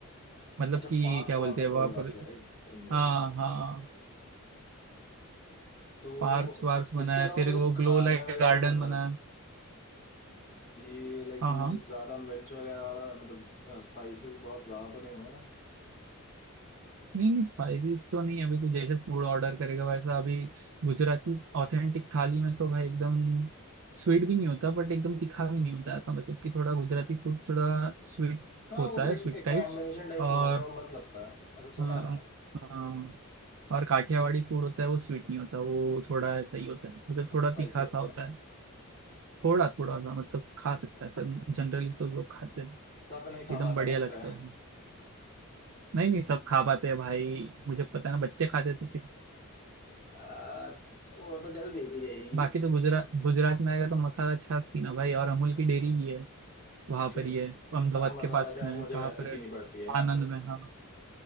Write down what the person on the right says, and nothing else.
मतलब
कि
क्या
बोलते
हैं वहां
पर
हाँ
हाँ
पार्क्स वार्क्स बनाया
है फिर
वो ग्लो
लाइट
गार्डन
बनाया है
हाँ
हाँ
नहीं नहीं स्पाइसेस तो नहीं अभी तू जैसे फूड ऑर्डर करेगा वैसा अभी गुजराती ऑथेंटिक थाली में तो भाई एकदम स्वीट भी नहीं होता बट एकदम तीखा भी नहीं होता ऐसा मतलब कि थोड़ा गुजराती फूड थोड़ा स्वीट
होता
है
स्वीट
टाइप्स
और
हाँ
हाँ। और काठियावाड़ी फूड होता है वो स्वीट नहीं होता वो थोड़ा ऐसा ही होता है मतलब
थोड़ा
तीखा
सा होता
है थोड़ा थोड़ा सा मतलब खा सकता है सर जनरली तो लोग खाते हैं
एकदम
बढ़िया
लगता है वो। नहीं नहीं सब खा पाते हैं भाई मुझे पता है ना बच्चे खाते हैं तो फिर
बाकी तो गुजरात गुजरात में आएगा तो मसाला छाछ पीना भाई और अमूल की डेयरी भी है वहां
पर ही है अहमदाबाद
के पास
में है,
कहाँ
पर है
आनंद
में हाँ